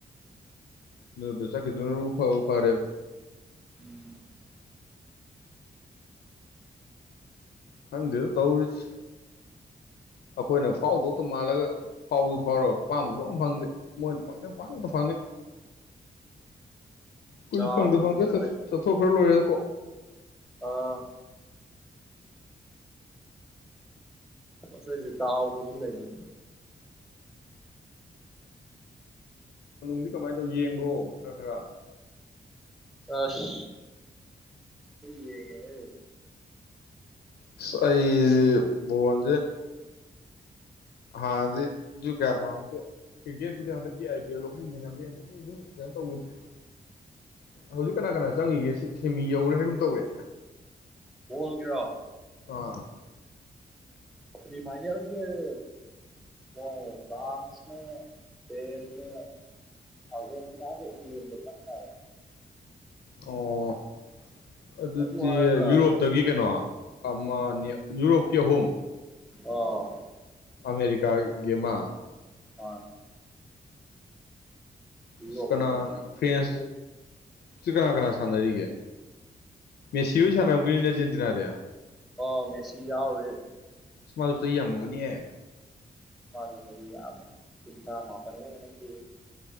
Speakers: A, on the left; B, in the centre.
A: ꯑꯗꯨꯗ ꯆꯠꯈꯤ ꯗꯨꯅꯕꯨ ꯐꯕꯨ ꯐꯔꯦꯗ
B: ꯎꯝ
A: ꯈꯪꯗꯦꯗꯥ ꯇꯧꯔꯤꯁꯤ ꯑꯩꯈꯣꯏꯅ ꯐꯥꯎꯗꯧꯗ ꯃꯥꯜꯂꯒ ꯐꯥꯎꯗꯨ ꯐꯥꯎꯔꯒ ꯄꯥꯝꯕꯁꯨ ꯑꯃ ꯐꯪꯗꯦ ꯃꯣꯏꯅ ꯐꯦ ꯄꯐꯪ ꯇ ꯐꯪꯉꯦ ꯈ‌ꯣꯏꯁꯨ
B: ꯗꯥꯎꯗꯨꯁꯨ
A: ꯐꯪꯗ ꯐꯪꯗꯔꯒ
B: ꯈꯔ
A: ꯆꯠ
B: ꯂꯩ
A: ꯆꯠꯊꯣꯛꯈ꯭ꯔ ꯂꯣꯏꯔꯦꯗ ꯀꯣꯛ
B: ꯑꯥ ꯑꯁꯣꯏꯁꯦ ꯗꯥꯎꯗꯁꯨ ꯂꯩꯔ‌ꯦꯗ
A: ꯗꯤ ꯀꯃꯥꯏꯅ ꯇꯧ ꯌꯦꯡꯕ꯭ꯔꯣ ꯈꯔ ꯈꯔ
B: ꯑꯁ ꯌ‌ꯦꯡꯌ‌ꯦꯍ‌ꯦ
A: ꯑꯁ ꯑꯩꯁ‌ꯦ ꯕ‌ꯣꯜ ꯖ‌ꯦ ꯍꯟꯅꯗꯤ ꯗꯨꯏ ꯀꯌꯥ ꯐꯪꯍꯧꯗꯦ ꯀ꯭ꯔꯤꯀꯦꯠꯄꯨꯗꯤ ꯍꯟꯗꯛꯀꯤ ꯑꯥꯏ ꯄꯤ ꯑꯦꯜ ꯗꯣ ꯈꯔ ꯌꯦꯡꯉꯝꯃꯦ ꯑꯗꯩꯗꯤ ꯑꯗꯨꯝ ꯀꯩꯅꯣ ꯇꯧꯈꯤꯗ꯭ꯔꯦ ꯍꯧꯖꯤꯛ ꯀꯅꯥ ꯀꯅꯥ ꯆꯪꯉꯤꯒꯦ ꯁꯤ ꯁꯤꯃꯤ ꯌꯧꯔꯦ ꯍꯥꯏꯒꯨꯝ ꯇꯧꯌꯦ
B: ꯕꯣꯜ ꯒꯤꯔꯣ
A: ꯑꯥ
B: ꯁꯦꯃꯤ ꯐꯥꯏꯅ‌ꯦꯜ ꯁ‌ꯦ <unintelligible> ꯑꯔꯖꯦꯟꯇꯤ ꯅꯒ ꯏꯪꯪꯂꯦꯟꯒꯥ ꯆꯞ ꯃꯥꯅꯅꯥ
A: ꯑꯣ ꯑꯗꯨꯗꯤ
B: ꯑꯗꯨ ꯍꯥꯏꯔꯒ
A: ꯌꯨꯔꯣꯞꯇꯒꯤ ꯀꯩꯅꯣ ꯑꯃꯅꯤ ꯌꯨꯔꯣꯞꯀꯤ ꯑꯍꯨꯝ
B: ꯑꯥ
A: ꯑꯃꯦꯔꯤꯀꯥꯒꯤ ꯑꯃ
B: ꯑ ꯌꯨꯔꯣꯞ
A: ꯑꯁ ꯀꯅꯥꯅꯥ ꯐꯔ꯭ꯦꯟ
B: ꯂꯩ
A: ꯍꯧꯖꯤꯛ ꯀꯅꯥ ꯀꯅꯥ ꯁꯥꯟꯅꯔꯤꯒꯦ ꯃꯦꯁꯤ ꯍꯣꯏ ꯁꯥꯟꯅꯔꯝꯈꯤꯅꯤꯅꯦ ꯑꯔꯖꯦꯟꯇꯤꯅꯥꯗ
B: ꯑ ꯃꯦꯁꯤ ꯌꯥꯎꯋꯦ
A: ꯏꯁ ꯃꯥꯁꯨ ꯆꯍꯤ ꯌꯥꯝꯃꯝ ꯃꯅꯤꯍꯦ
B: ꯃꯥꯒꯤ ꯆꯍꯤ ꯌꯥꯝꯃꯤ ꯀꯨꯟꯊꯔꯥ ꯃꯄꯟ ꯂꯥ ꯀꯩꯅꯣꯝ ꯁꯨ